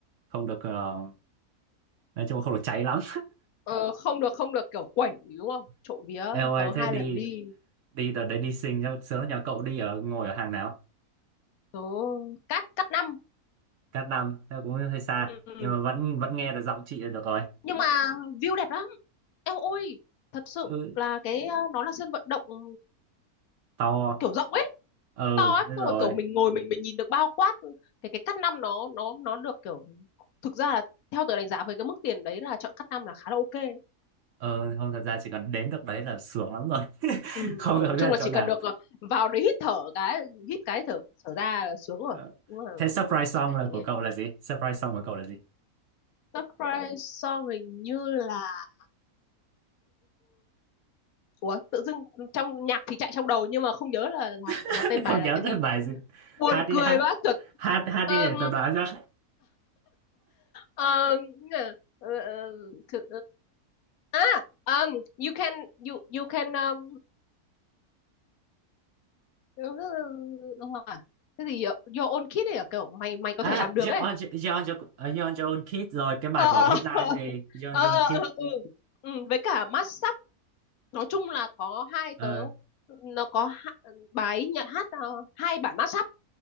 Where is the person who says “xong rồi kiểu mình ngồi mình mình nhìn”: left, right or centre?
Left